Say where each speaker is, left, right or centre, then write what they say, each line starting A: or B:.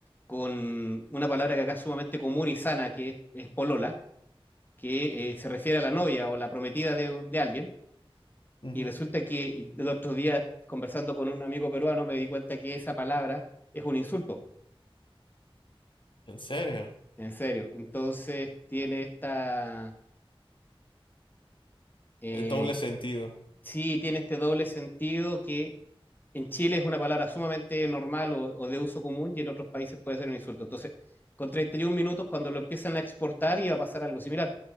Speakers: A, on the left (about 20°); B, on the left (about 55°).
A: con una palabra que acá es sumamente común y sana, que es, es polola, que eh, se refiere a la novia o la prometida de, un- de alguien.
B: Ujú.
A: Y resulta que y el otro día, conversando con un amigo peruano, me di cuenta que esa palabra es un insulto,
B: En serio,
A: en serio. Entonces tiene esta... eh,
B: el doble sentido.
A: sí tiene este doble sentido que en Chile es una palabra sumamente normal o, o, de uso común y en otros países puede ser un insulto. Entonces, con 31 minutos, cuando lo empiezan a exportar, iba a pasar algo similar.